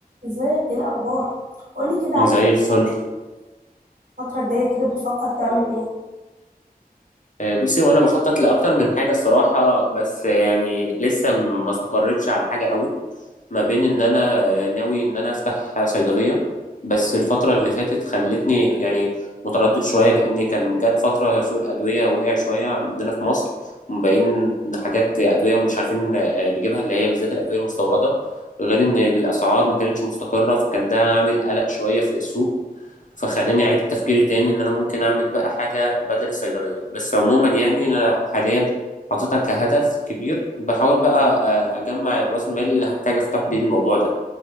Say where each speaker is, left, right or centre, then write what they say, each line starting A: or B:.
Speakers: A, on the right; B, on the left.
A: ازيك ايه الاخبار قولي كده عايز
B: زي
A: تفتح
B: الفل
A: ايه الفتره الجايه كده بتفكر تعمل ايه
B: آه، بصي وانا بخطط لاكتر من حاجه الصراحه بس آه، يعني لسه ما استقرتش على حاجه قوي ما بين ان انا ناوي ان انا افتح صيدليه بس الفتره اللي فاتت خلتني يعني متردد شويه لان كان جت فتره سوق الادويه وقع شويه عندنا في مصر ومبين إن حاجات ادويه مش عارفين آه، نجيبها اللي هي بالذات الادويه المستورده غير ان الاسعار ما كانتش مستقره فكان ده عامل قلق شويه في السوق فخلاني اعيد تفكيري تاني ان انا ممكن اعمل بقى حاجه بدل الصيدليه بس عموما يعني انا حاليا حاططها كهدف كبير بحاول بقى آه، اجمع راس المال اللي هحتاج افتح بيه الموضوع ده